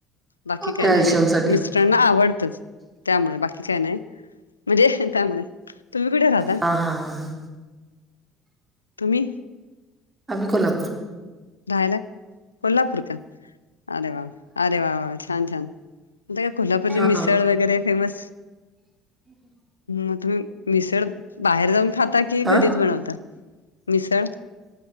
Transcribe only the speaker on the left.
बाकी काय
नाही नाही
मिस्रांना आवडतच त्यामुळे बाकी काय नाही. म्हणजे त्यामुळे तुम्ही कुठे राह.
तुम्ही
राहायला कोल्हापूर का अरे वा वा अरे वा वा छान छान ता का कोल्हापूरची
मिसळ वगैरे फेमस मग तुम्ही मिसळ बाहेर जाऊन खाता की
घरीच बनवता मिसळ